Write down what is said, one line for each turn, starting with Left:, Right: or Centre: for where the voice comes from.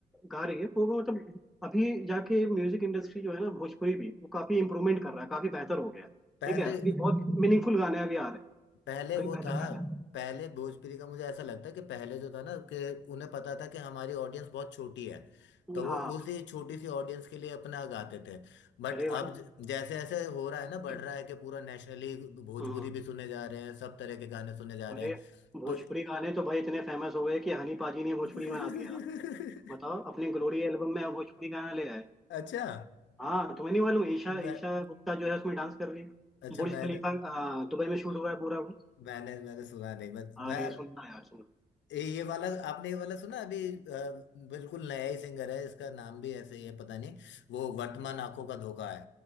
Centre: गा रही है वो वो मतलब अभी जाके म्यूजिक इंडस्ट्री जो है ना भोजपुरी भी वो काफी इम्प्रूवमेंट कर रहा है काफी बेहतर हो गया है
Left: पहले
Centre: ठीक है अभी बहुत मीनिंगफुल गाने अभी आ रहे हैं
Left: पहले
Centre: अभी
Left: वो
Centre: बेहतर
Left: था
Centre: गाने आ रहे
Left: पहले भोजपुरी का मुझे ऐसा लगता है कि पहले जो था ना कि उन्हें पता था कि हमारी ऑडियंस बहुत छोटी है
Centre: हैं।
Left: तो वो
Centre: हाँ
Left: उसी छोटी सी ऑडियंस के लिए अपना गाते थे बट
Centre: अरे भाई
Left: अब ज- जैसे ऐसे हो रहा है ना बढ़
Centre: <clears throat>
Left: रहा है कि पूरा नेशनली भोजपुरी
Centre: हाँ
Left: भी सुने जा रहे हैं सब तरह के गाने सुने जा रहे
Centre: अरे
Left: हैं
Centre: भोजपुरी
Left: तो
Centre: गाने तो भाई इतने फेमस हो गए कि हनी पाजी ने भोजपुरी
Left: <laughs>
Centre: बना दिया बताओ अपने ग्लोरी एल्बम में भोजपुरी गाना ले आए
Left: अच्छा
Centre: हाँ तुम्हें नहीं मालूम ईशा
Left: मैं
Centre: ईशा गुप्ता जो है उसमें डांस कर रही है
Left: अच्छा
Centre: बुर्ज
Left: मैं
Centre: खलीफा आ, दुबई में शूट हुआ है पूरा वो
Left: मैंने मैंने सुना नहीं मैं, मैं
Centre: अरे सुनना यार सुनना
Left: ये ये वाला आपने ये वाला सुना अभी अ, बिल्कुल नया ही सिंगर है इसका नाम भी ऐसे ही है पता नहीं वो वर्तमान आंखों का धोखा है